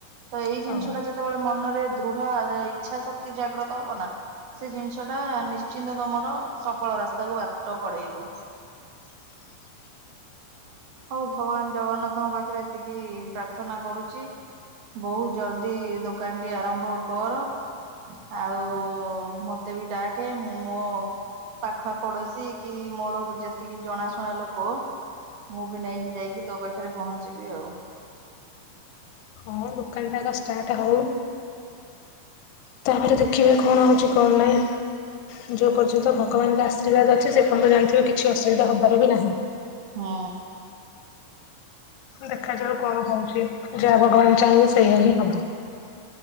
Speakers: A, on the right (about 65°); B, on the left (about 80°).
A: ତ ଏଇ
B: ହଁ
A: ଜିନିଷଟା ଯେତେବେଳେ ମନରେ ଦୃଢ ଇଚ୍ଛା ଶକ୍ତି ଜାଗ୍ରତ ହବ ନା। ସେ ଜିନିଷଟା ନିଶ୍ଚିନ୍ତ ତମର ସଫଳ ରାସ୍ତାକୁ ବାଟ କଢେଇବ।
B: <inaudible>
A: ହଉ ଭଗବାନ ଜଗନ୍ନାଥଙ୍କ ପାଖରେ ଏତିକି ପ୍ରାର୍ଥନା କରୁଛି। ବହୁତ ଜଲଦି ଦୋକାନଟି ଆରମ୍ଭ କର। ଆଉ ମତେ ବି ଡାକ ମୁଁ ମୋ ପାଖ ପଡୋଶୀ କି ମୋର ଯେତିକି ଜଣାଶୁଣା ଲୋକ। ମୁଁ ବି ନେଇକି ଯାଇକି ତୋ ପାଖରେ ପହଞ୍ଚିବି ଆଉ।
B: ହଁ ଦୋକାନଟା ଆଗ ଷ୍ଟାର୍ଟ ହଉ। ତାପରେ ଦେଖିବେ କଣ ହଉଛି କଣ ନାହିଁ। ଯୋଉ ପର୍ଯ୍ୟନ୍ତ
A: ହୁଁ।
B: ଭଗବାନଙ୍କ ଆଶୀର୍ବାଦ ଅଛି ସେ ପର୍ଯ୍ୟନ୍ତ ଜାଣିଥିବା କିଛି ଅସୁବିଧା ହବାର ବି ନାହିଁ।
A: ହୁଁ।
B: ଦେଖାଯାଉ କଣ ହଉଛି ଯାହା ଭଗବାନ ଚାହିଁବେ ସେଇଆ ହିଁ ହବ।